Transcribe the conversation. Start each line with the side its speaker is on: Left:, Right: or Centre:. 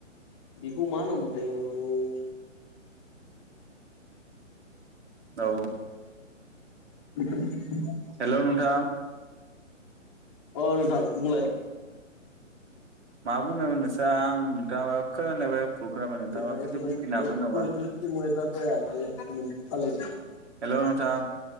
Left: बिखौ मा होनोमोनथाय ओम
Right: औ
Left: <inaudible>
Right: हेलौ नोंथां
Left: अ नोंथां बुंलाय
Right: मा बुंनायमोन नोंस्रा आं नोंथाङा <unintelligible> नोंथाङा
Left: लेफारि
Right: खनसे
Left: सेफारि
Right: बुंफिननो
Left: <unintelligible>
Right: हागोन नामा हेल'
Left: अ
Right: नोंथां